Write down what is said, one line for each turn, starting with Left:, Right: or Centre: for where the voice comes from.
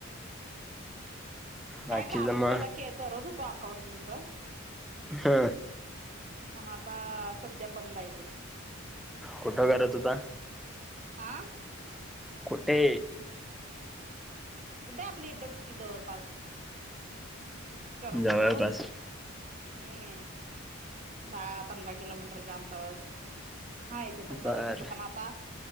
Centre: बाकी
Right: काय काम
Centre: जमा
Right: पहिला के करत होतो अकाउंटिंगच <inaudible>
Centre: हा
Right: पण आता सध्या बंद आहे ते. <inaudible>
Centre: कुठं करत होता?
Right: आा <inaudible>
Centre: कुठे?
Right: कुठ आपल्या हितच की जवळपास करत
Centre: जवळपास
Right: होतो. हम्म <inaudible> दहा- पंधरा किलोमीटरच्या अंतवरवर <inaudible> हाय तीत करत
Centre: बर
Right: होतो, पण आता